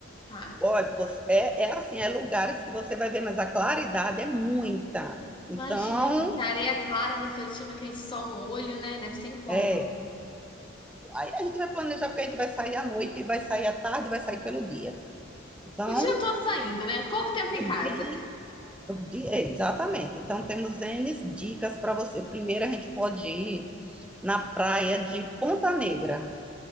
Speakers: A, on the left; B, in the centre.
A: Tá.
B: ó você- é, é assim, é lugares que você vai ver, mas a claridade é muita. Então,
A: Imagino que areia clara refletindo aquele sol no olho, né? Deve ser incômodo.
B: é. Aí a gente vai planejar, porque a gente vai sair à noite, vai sair à tarde, vai sair pelo dia. Então,
A: O dia todo saindo, né? Pouco tempo
B: o
A: em casa.
B: dia. o dia- é, Exatamente. Então, temos N dicas para você. Primeiro, a gente pode ir. na praia de Ponta Negra.